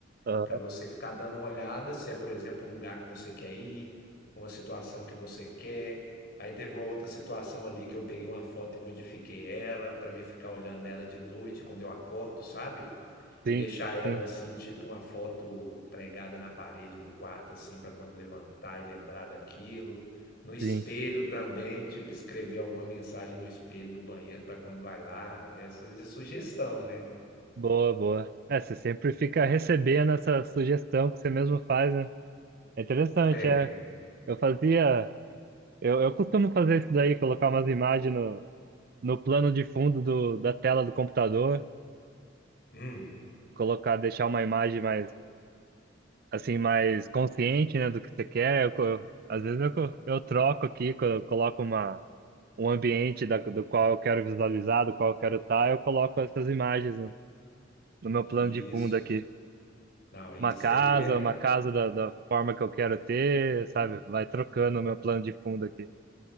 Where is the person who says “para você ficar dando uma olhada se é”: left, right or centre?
Left